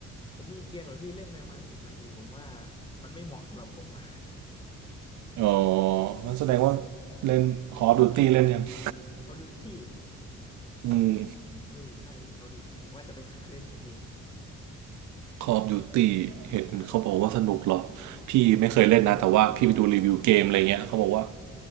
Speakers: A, on the left; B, on the right.
A: ผมมีเกมแบบพี่เล่นไปประมาณสิบนาทีผมว่ามันไม่เหมาะสำหรับผมอะ
B: อ๋องั้นแสดงว่าเล่น Call of Duty เล่นยัง <laughs>
A: <laughs> Call of Duty
B: อืม
A: เออใช่พี่ Call of Duty ว่าจะไปหาเล่นอยู่พี่
B: Call of Duty เห็นเขาบอกว่าสนุกเหรอพี่ไม่เคยเล่นนะแต่ว่าพี่ไปดูรีวิวเกมอะไรเงี้ยเขาบอกว่า
A: ใช่